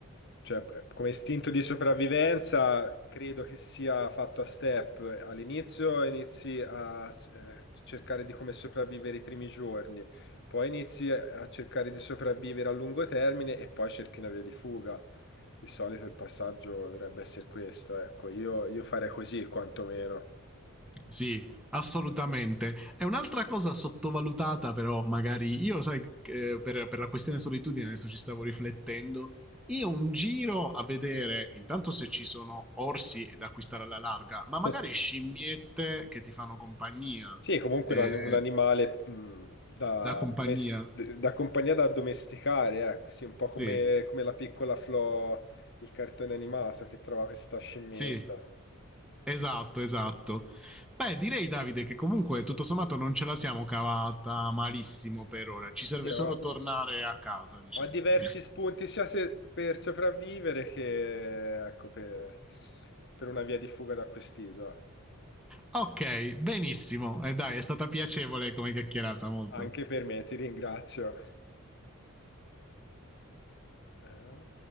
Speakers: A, on the left (about 55°); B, in the centre.
A: Cioè, eh, come istinto di sopravvivenza, credo che sia fatto a step. All'inizio inizi a s- eh, cercare di come sopravvivere i primi giorni, poi inizi a a cercare di sopravvivere a lungo termine e poi cerchi una via di fuga. Di solito il passaggio dovrebbe essere questo, ecco, io, io farei così quantomeno.
B: Sì, assolutamente. È un'altra cosa sottovalutata, però magari io, sai, eh, per, per la questione solitudine, adesso ci stavo riflettendo. Io un giro a vedere intanto se ci sono orsi da acquistare alla larga, ma magari
A: <laughs>
B: scimmiette che ti fanno compagnia.
A: Sì, è comunque
B: Eh,
A: un, un animale mh, da,
B: Da compagnia?
A: domes- da compagnia da addomesticare, ecco, sì, un po' come,
B: Sì,
A: come la piccola Flo, il cartone animato che trova questa scimmietta.
B: sì, esatto, esatto. Beh, direi Davide che comunque tutto sommato non ce la siamo cavata malissimo per ora, ci serve
A: Sì, ha,
B: solo tornare a casa, diciamo.
A: ha diversi
B: <laughs>
A: spunti sia se- per sopravvivere che ecco, per, per una via di fuga da quest'isola.
B: Ok, benissimo. E dai, è stata piacevole come chiacchierata molto.
A: Anche per me, ti ringrazio. Eh.